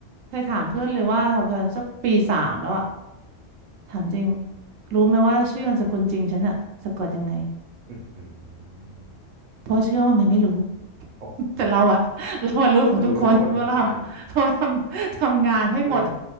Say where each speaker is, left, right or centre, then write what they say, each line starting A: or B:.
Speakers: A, on the right (about 80°); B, on the right (about 40°).
A: เคยถามเพื่อนเลยว่าทำตอนสักปีสามแล้วอะถามจริงรู้ไหมว่าชื่อนามสกุลจริงฉันอะสะกดยังไง
B: อือหือ
A: เพราะเชื่อว่ามันไม่รู้
B: โอ้
A: <laughs> แต่เราอะเราอะรู้ของทุกคนว่าเราทำเพราะทำทำงานให้หมด
B: รู้ทุกคนนั่นเออ